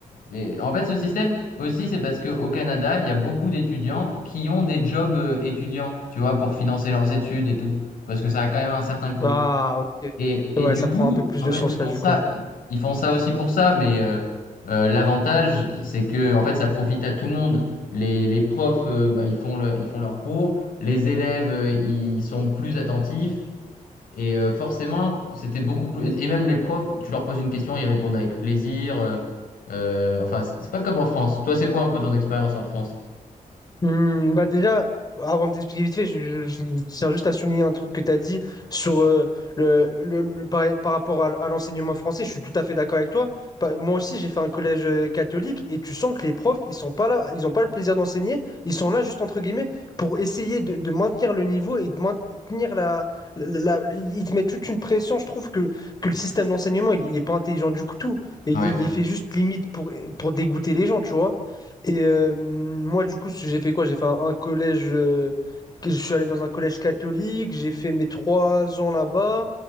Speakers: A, on the left; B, on the left.
A: Et en fait, ce système aussi, c'est parce qu'au Canada, il y a beaucoup d'étudiants qui ont des jobs euh, étudiants, tu vois, pour financer leurs études et tout, parce que ça a quand même un certain coût.
B: Ah, ok.
A: Et, et
B: Ouais,
A: du
B: ça
A: coup,
B: prend un peu plus
A: en
B: de
A: fait,
B: sens
A: ils font
B: là, du
A: ça,
B: coup.
A: ils font ça aussi pour ça, mais euh, euh, l'avantage, c'est que en fait, ça profite à tout le monde. Les, les profs, euh, bah, ils font le- ils font leurs cours, les élèves, euh, ils sont plus attentifs, et euh, forcément, c'était beaucoup plus. Et même les profs, tu leur poses une question, ils répondent avec plaisir. euh, euh, enfin, c'est c'est pas comme en France. Toi, c'est quoi un peu ton expérience en France?
B: Hmm, bah déjà, avant de t'expliquer vite fait, je, je- je tiens juste à souligner un truc que tu as dit sur euh, le, le- le- par, par rapport à, à l'enseignement français. Je suis tout à fait d'accord avec toi. Pa- moi aussi, j'ai fait un collège euh, catholique et tu sens que les profs, ils sont pas là, ils n'ont pas le plaisir d'enseigner. Ils sont là juste entre guillemets pour essayer de, de maintenir le niveau et de maintenir la, la, la- Ils te mettent toute une pression. Je trouve que, que le système d'enseignement, il, il est pas intelligent du tout. Il,
A: Ouais.
B: il est fait juste limite pour, pour dégoûter les gens, tu vois. Et euh, moi, du coup, j'ai fait quoi? J'ai fait un, un collège. euh, que- je suis allé dans un collège catholique. J'ai fait mes trois ans là-bas.